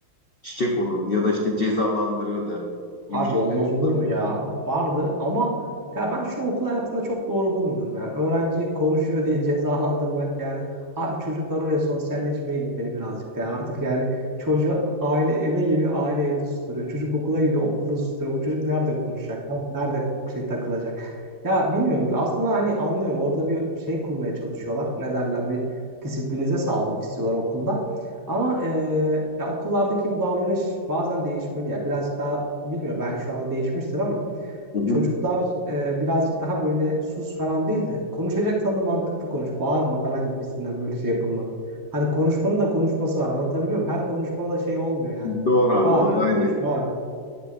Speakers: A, on the left; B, on the right.
A: çiçek olun ya da işte cezalandırırdı
B: Abi
A: gibi şeyler
B: olmaz
A: yapılır.
B: olur mu ya? Vardı ama ya ben şunu okul hayatında çok doğru bulmuyorum yani. Öğrenci konuşuyor diye cezalandırmak yani. Abi çocuklar oraya sosyalleşmeye gitmeli birazcık da. Artık yani çocuğu aile eve geliyor, aile evde susturuyor. Çocuk okula gidiyor, okulda susturuyor. Bu çocuk nerede konuşacak? ya? Nerede şey takılacak? Ya bilmiyorum. Aslında hani anlıyorum. Orada bir şey kurmaya çalışıyorlar. Ne derler? Bir disiplinize sağlamak istiyorlar okulda. Ama eee, ya okullardaki bu davranış bazen değişmeli ya. Birazcık daha bilmiyorum belki şu anda değişmiştir ama
A: Hı hı.
B: çocuklar eee, birazcık daha böyle sus falan değil de konuşacaksan da mantıklı konuş. Bağırma falan gibisinden böyle şey yapılmalı. Hani konuşmanın da konuşması var anlatabiliyor muyum? Her konuşmada da şey olmuyor yani.
A: Doğru abi
B: Bağır,
A: doğru aynen.
B: konuşma abi.